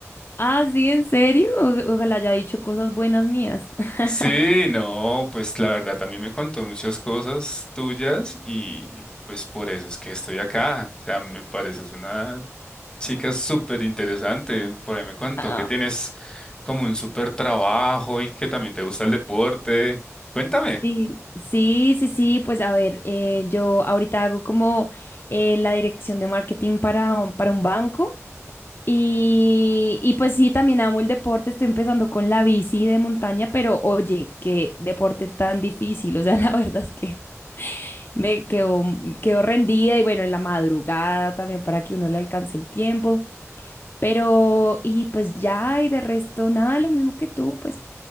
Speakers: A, on the left (about 45°); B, on the left (about 15°).
A: Ah, sí, ¿en serio? O- Ojalá haya dicho cosas buenas mías. <laughs>
B: Sí, no, pues la verdad también me contó muchas cosas tuyas y pues por eso es que estoy acá. O sea, me pareces una Chica, súper interesante. Por ahí me contó
A: Ah,
B: que tienes como un súper trabajo y que también te gusta el deporte. Cuéntame.
A: Sí, sí, sí, sí, pues a ver, eh, yo ahorita hago como eh, la dirección de marketing para, un- para un banco y, y pues sí, también amo el deporte, estoy empezando con la bici de montaña, pero oye, qué deporte tan difícil, o sea, <laughs> la verdad es que me quedo, quedo rendida y bueno, en la madrugada también para que uno le alcance el tiempo. Pero, y pues ya, y de resto, nada, lo mismo que tú, pues